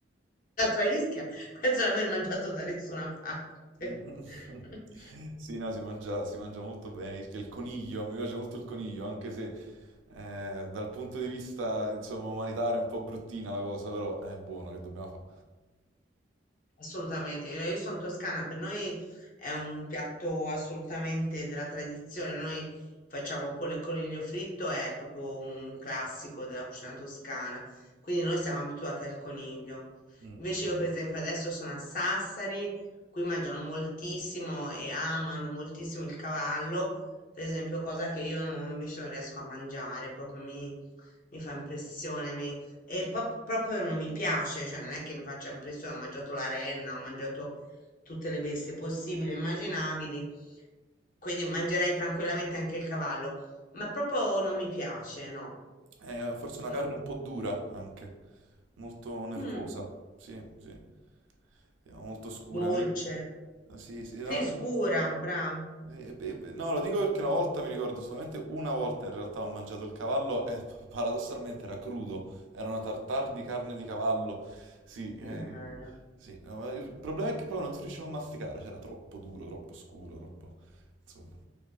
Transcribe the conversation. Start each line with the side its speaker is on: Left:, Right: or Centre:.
Left: a Ischia, <laughs> penso di aver mangiato da nessuna parte.
Right: Mm.
Left: <laughs>
Right: <laughs> Sì, no, si mangia, si mangia molto bene. Il il coniglio, mi piace molto il coniglio, anche se eh, dal punto di vista, insomma, umanitario è un po' bruttina la cosa, però è buono, che dobbiamo fare?
Left: Assolutamente, io io sono toscana, per noi è un piatto assolutamente della tradizione, noi facciamo pollo e coniglio fritto, è proprio un classico della cucina toscana, quindi noi siamo abituati al coniglio.
Right: Mm.
Left: Invece io per esempio adesso sono a Sassari, qui mangiano moltissimo e amano moltissimo il cavallo, per esempio cosa che io non- invece non riesco a mangiare, proprio mi, mi fa impressione, e po- proprio non mi piace, cioè non è che mi faccia impressione, ho mangiato la renna, ho mangiato tutte le bestie possibili e immaginabili, quindi mangerei tranquillamente anche il cavallo, ma proprio non mi piace, no,
Right: È forse una
Left: no.
Right: carne un po' dura anche, molto nervosa,
Left: Mm,
Right: sì, sì, Sì, molto scura.
Left: dolce,
Right: Mi ric- Sì, sì, no,
Left: sì, scura, bravo.
Right: Eh, beh, beh, No, lo dico perché una volta mi ricordo solamente una volta in realtà ho mangiato il cavallo e <laughs> p- paradossalmente era crudo, era una tartare di carne di cavallo. Sì, eh,
Left: Sì, mana.
Right: sì, no, ma il problema è che proprio non si riusciva a masticare, c'era troppo duro, troppo scuro, troppo... insomma.